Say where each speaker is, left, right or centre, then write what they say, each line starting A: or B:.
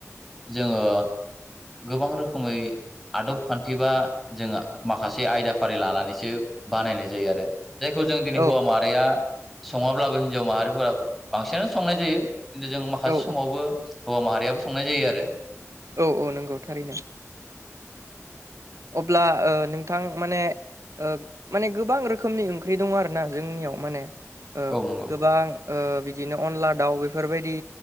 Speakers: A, in the centre; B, on the right.
A: जोङो गोबां रोखोमै आदब खान्थि बा जोङो माखासे आयदा फारि लानानैसो बानायनाय जायो आरो। जायखौ जों दिनै
B: औ
A: हौवा माहारिया सङाब्लाबो हिनजाव माहारिफोरा बांसिनानो संनाय जायो। खिन्थु जों माखासे
B: औ
A: समावबो हौवा माहारियाबो संनाय जायो आरो।
B: औ औ नंगौ थारैनो। अब्ला ओ नोंथां माने ओ माने गोबां रोखोमनि ओंख्रि दं आरोना जोंनियाव माने ओ
A: औ नंगौ
B: गोबां ओ बिदिनो अनला दाउ बेफोरबायदि